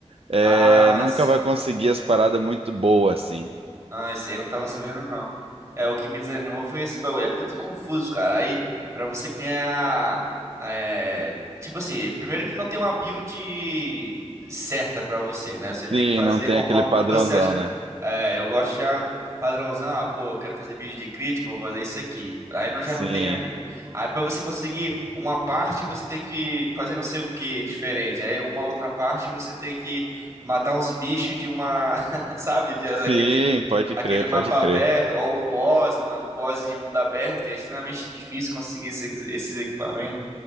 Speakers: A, on the right (about 55°); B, on the right (about 25°).
A: é,
B: As,
A: nunca vai conseguir as paradas muito boas, assim.
B: Ah, esse aí eu não tava sabendo, não. É, o que me desanimou foi esse bagulho. É muito confuso, cara. Aí, pra você ganhar. É, tipo assim, primeiro que não tem uma build certa pra você, né? Você tem
A: Sim,
B: que fazer
A: não tem
B: conforme
A: aquele padrãozão,
B: o que você acha que.
A: né?
B: É, eu gosto já padrãozão. Ah, pô, eu quero fazer build de crítico, vou fazer isso aqui. Aí não, já
A: Sim,
B: não tem ali. Aí pra você conseguir uma parte, você tem que fazer não sei o que diferente. Aí uma outra parte, você tem que matar uns bichos de uma. <laughs> Sabe, de,
A: sim,
B: daquele
A: pode
B: aquele
A: crer,
B: mapa
A: pode crer.
B: aberto, ou um boss, mano, um boss de mundo aberto, que é extremamente difícil conseguir esses, esses equipamentos.